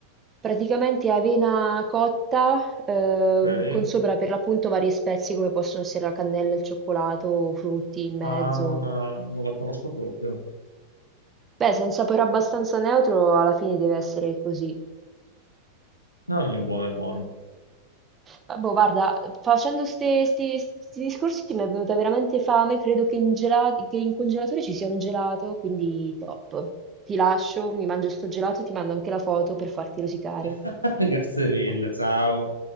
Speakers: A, on the right (about 20°); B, on the left (about 80°).
A: Praticamente avena cotta, ehm,
B: Ok?
A: con sopra per l'appunto varie spezie come possono essere la cannella, il cioccolato, o frutti in mezzo.
B: Ah, non, non la conosco proprio.
A: Beh, se è un sapore abbastanza neutro, alla fine deve essere così.
B: No, no, è buono, è buono.
A: Ah, Boh, guarda, facendo questi discorsi mi è venuta veramente fame. Credo che in, gela- che in congelatore ci sia un gelato, quindi top. Ti lascio, mi mangio sto gelato e ti mando anche la foto per farti rosicare.
B: <laughs> Grazie mille, ciao.